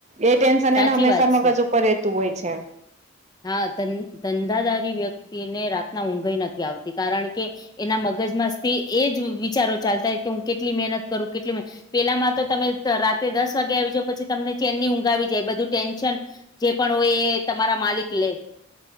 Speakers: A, on the right; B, on the left.
A: એ ટેન્શન
B: સાચી
A: એને હંમેશા
B: વાત
A: મગજ
B: છે.
A: ઉપર રહેતું હોય છે
B: હા ધં-ધન્ધાદારી વ્યક્તિને રાતના ઊંઘઈ નથી આવતી કારણ કે એના મગજમાં સ્થી એજ વિચારો ચાલતા હોય કે હું કેટલી મહેનત કરું કેટલી પેલામાં તો તમે રાત્રે દસ વાગે આવી જાાવ પછી તમને ચેનની ઊંઘ આવી જાય બધું ટેન્શન જે પણ હોય એ તમારા માલિક લેય